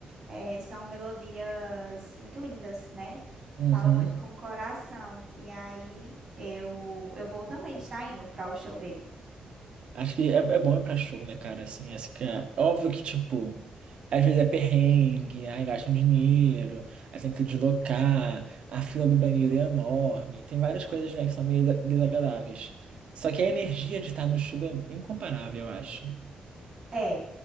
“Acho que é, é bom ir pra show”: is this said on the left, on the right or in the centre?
Right